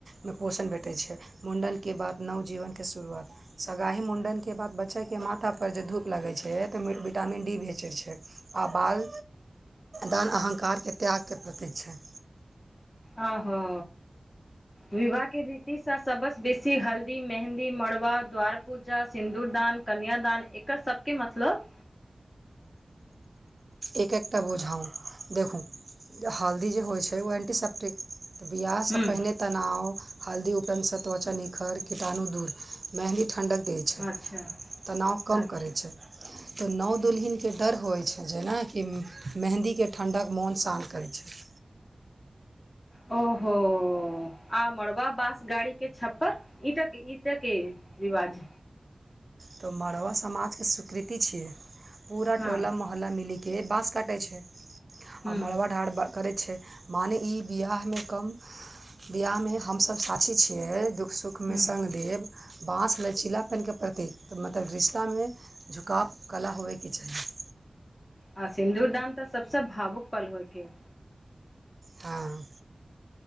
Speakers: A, on the right; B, on the left.
A: मे पोषण भेटैत छै मुण्डनके बाद नव जीवनके शुरुआत सगाही मुण्डनके बाद बच्चाके माथापर जे धूप लगैत छै तऽ विटामिन डी भेचैत छै आ बाल दान अह्कारके त्यागके प्रतीक छै
B: आहा विवाहके रीतिसँ सबसँ बेसी हल्दी मेहन्दी मड़बा द्वारपूजा सिन्दूरदान कन्यादान एकर सबके मतलब
A: एक एकटा बुझाउ देखू जे हल्दी जे होइत छै ओ एन्टीसेप्टि तऽ बियाहसँ
B: हूँ
A: पहिने तनाव हल्दी उपरधसँ त्वचा निखर कीटाणु दूर मेंहन्दी ठण्डक देत
B: अच्छा
A: तानाव
B: अच्छा
A: कम छे ज नाव
B: अच्छा
A: दुल्हिन के ठडर होइ छै जेनाकि मेहन्दीके ठण्डक मोन शान्त करै छै
B: ओहो आ मड़बा बास गाड़ी के छप्पर ईटा ईटा के रिवाज
A: तो मड़वा समाजके स्वीकृति छियै पूरा
B: हँ
A: टोला मो मोहल्ला मिलीके बाँस काटै छै
B: हूँ
A: आओ मड़बा ढार करै छै माने ई बिआहमे कम बिआाहमे हमसभ साथी छियै दुःख सुखमे
B: हूँ
A: संग देव बाँस भेलचीलापेनके प्रत मतलब रिश्तामे झुकाव कला होयके चाही
B: आ सिन्दूुरदान तऽ सबसे भावुक पल होयके है
A: हँ